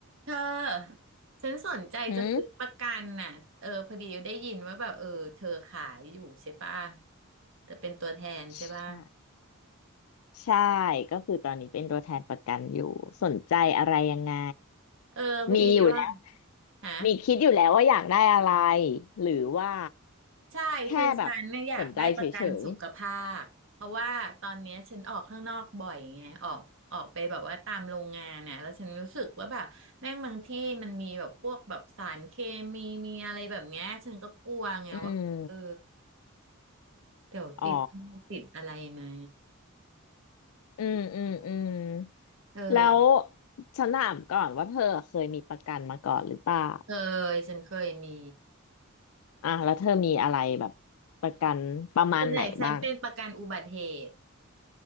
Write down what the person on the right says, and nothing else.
เธอฉันสนใจจะซื้อประกันน่ะเออพอดีได้ยินว่าแบบเออเธอขายอยู่ใช่ป่ะ
แต่เป็นตัวแทนใช่ป่ะ
เออพอดีว่า
ฮะ
ใช่คือฉันเนี่ยอยากได้ประกันสุขภาพเพราะว่าตอนเนี้ยฉันออกข้างนอกบ่อยไงออกออกไปแบบว่าตามโรงงานน่ะแล้วฉันรู้สึกว่าแบบแม่งบางที่มันมีแบบพวกแบบสารเคมีมีอะไรแบบเนี้ยฉันก็กลัวไงว่าเออ
เดี๋ยวติด
ติดอะไรมา
เออ
เคยฉันเคยมี
ส่วนใหญ่ฉันเป็นประกันอุบัติเหตุ